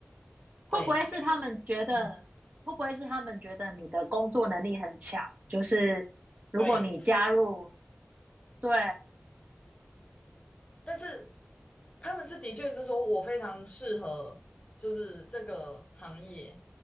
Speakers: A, on the right (about 45°); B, on the left (about 30°).
A: 会不会是他们觉得，
B: 对，因为嗯，
A: 会不会是他们觉得你的工作能力很强？就是如果你加入，
B: 对，是
A: 对。
B: 但是他们是的确是说我非常适合，就是这个行业，